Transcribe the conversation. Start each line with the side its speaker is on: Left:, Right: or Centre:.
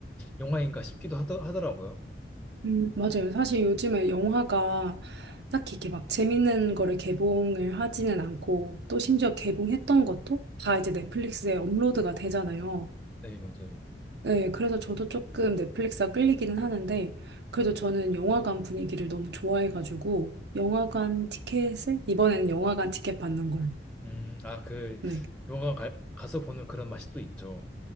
Centre: 영화인가 싶기도 하더, 하더라고요.
Right: 음, 맞아요. 사실 요즘에 영화가 딱히 이렇게 막 재밌는 거를 개봉을 하지는 않고 또 심지어 개봉했던 것도 다 이제 넷플릭스에 업로드가 되잖아요.
Centre: 네, 맞아요.
Right: 네. 그래서 저도 조금 넷플릭스가 끌리기는 하는데 그래도 저는 영화관 분위기를 너무 좋아해가지고 영화관 티켓을 이번에는 영화관 티켓 받는 걸로.
Centre: 음, 아, 그
Right: 네.
Centre: 영화관 가, 가서 보는 그런 맛이 또 있죠.